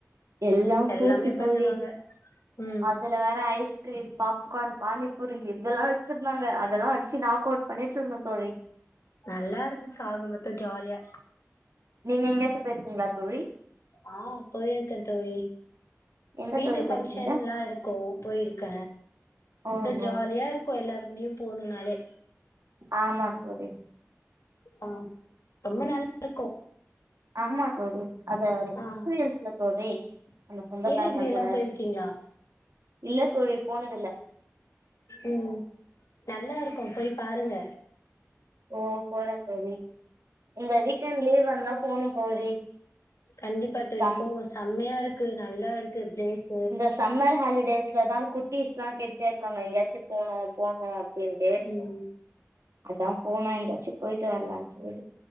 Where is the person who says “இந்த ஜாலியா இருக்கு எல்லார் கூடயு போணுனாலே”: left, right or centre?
Left